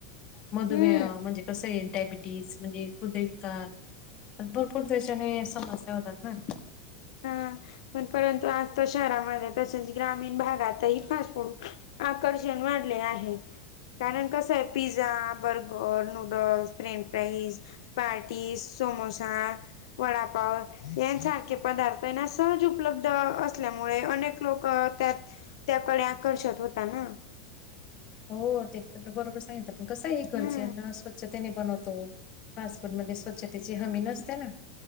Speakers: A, on the left (about 35°); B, on the left (about 75°).
A: मधुमेह
B: हो
A: म्हणजे कसंये डायबिटीस म्हणजे हृदयविकार. भरपूर त्याच्याने समस्या होतात ना.
B: हा, पण परंतु आज तर शहरामध्ये तसच, ग्रामीण भागातही फास्ट फूड आकर्षण वाढले आहे. कारण कसंय, pizza, burger, noodles, French fries parties, samosa, vada pav यांसारखे पदार्थ ना, सहज उपलब्ध असल्यामुळे अनेक लोक त्यात त्याकडे आकर्षत होता ना.
A: हो, ते तर म बरोबर सांगितल, पण कसं आहे घरचे
B: हम्म
A: अन् स्व स्वच्छतेने बनवतो, फास्ट फूड मध्ये स्वच्छतेची हमी नसते ना,